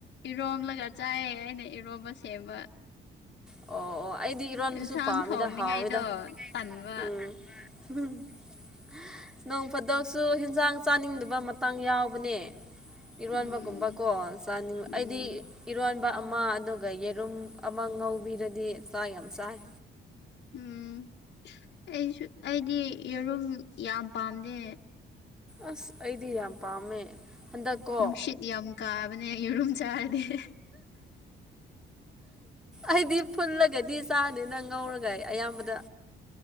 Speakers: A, on the left (about 60°); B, in the centre.
A: ꯏꯔꯣꯝꯂꯒ ꯆꯥꯏꯑꯦ ꯑꯩꯅ ꯏꯔꯣꯝꯕ ꯁꯦꯝꯕ ꯫
B: ꯑꯣ ꯑꯣ ꯑꯩꯗꯤ ꯏꯔꯣꯟꯕꯁꯨ
A: ꯏꯟꯁꯥꯡ
B: ꯄꯥꯝꯃꯤꯗ
A: ꯊꯣꯡꯅꯤꯡꯉꯥꯏꯗꯣ
B: ꯍꯥꯎꯋꯤꯗ
A: ꯇꯟꯕ
B: ꯎꯝ <unintelligible> ꯅꯣꯡ ꯐꯗꯣꯛꯁꯨ ꯍꯤꯟꯖꯥꯡ ꯆꯥꯅꯤꯡꯗꯕ ꯃꯇꯥꯡ ꯌꯥꯎꯕꯅꯦ ꯏꯔꯣꯟꯕꯒꯨꯝꯕ
A: ꯎꯝ
B: ꯀꯣ ꯆꯥꯅꯤꯡꯕ
A: ꯎꯝ
B: ꯑꯩꯗꯤ ꯏꯔꯣꯟꯕ ꯑꯃ ꯑꯗꯨꯒ ꯌꯦꯔꯨꯝ ꯑꯃ ꯉꯧꯕꯤ ꯗꯗꯤ ꯆꯥꯛ ꯌꯥꯝ ꯆꯥꯏ
A: ꯎꯝ ꯑꯩꯁꯨ ꯑꯩꯗꯤ ꯌꯦꯔꯨꯝ ꯌꯥꯝ ꯄꯥꯝꯗꯦ꯫
B: ꯑꯁ ꯑꯩꯗꯤ ꯌꯥꯝ ꯄꯥꯝꯃꯦ꯫ ꯍꯟꯗꯛꯀꯣ
A: ꯅꯨꯡꯁꯤꯠ ꯌꯥꯝ ꯀꯥꯕꯅꯦ ꯌꯦꯔꯨꯝ ꯆꯥꯔꯗꯤ
B: ꯑꯩꯗꯤ ꯐꯨꯜꯂꯒꯗꯤ ꯆꯥꯗꯦ ꯉꯧꯔꯒ ꯑꯌꯥꯝꯕꯗ